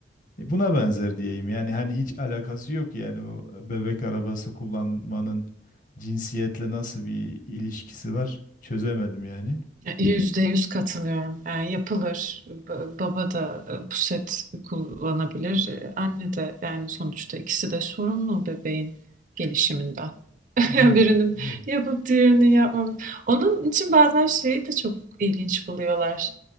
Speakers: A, on the left; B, on the right.
A: E, buna benzer diyeyim yani hani hiç alakası yok yani o bebek arabası kullanmanın cinsiyetle nasıl bir ilişkisi var çözemedim yani.
B: Yüzde yüz katılıyorum. Yani yapılır. Ba- Baba da e, puset kullanabilir. E, Anne de yani sonuçta ikisi de sorumlu bebeğin gelişiminden. <laughs>
A: Aynen.
B: Yani birinin
A: Evet.
B: yapıp diğerinin yapmaması. Onun için bazen şeyi de çok ilginç buluyorlar.